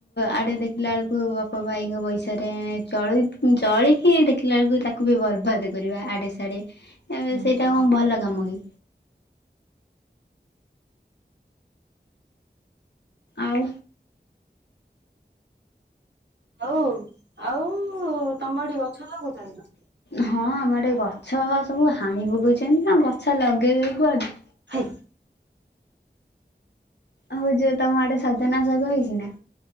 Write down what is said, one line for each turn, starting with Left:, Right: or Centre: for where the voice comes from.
Left: ଆଡେ ଦେଖିଲା ବେଳକୁ ବାପା ଭାଇଙ୍କ ପଇସାରେ ଚଳି ଚଳିକି ଦେଖିଲା ବେଳକୁ ତାକୁ ବି ବର୍ବାଦ କରିବା ଇଆଡ଼େ ସେଆଡ଼େ ଏବେ ସେ
Right: ହୁଁ
Left: ଏହା କଣ ଭଲ କାମ କି। ଆଉ,
Right: ଆଉ ଆଉଉ ଉ ଉ ଉ ତମ ଆଡେ ଗଛ ଲଗଉଛନ୍ତି ନା
Left: ହଁ ଆମର ଆଡେ ଗଛ ସବୁ ହାଣି ପକଉଛନ୍ତି ନା ଗଛ ଲଗେଇବେ କୁଆଡେ
Right: <inaudible>
Left: ହଉ ଯୋଉ ତମ ଆଡେ ସଜନା ଶାଗ ହେଇଛି ନା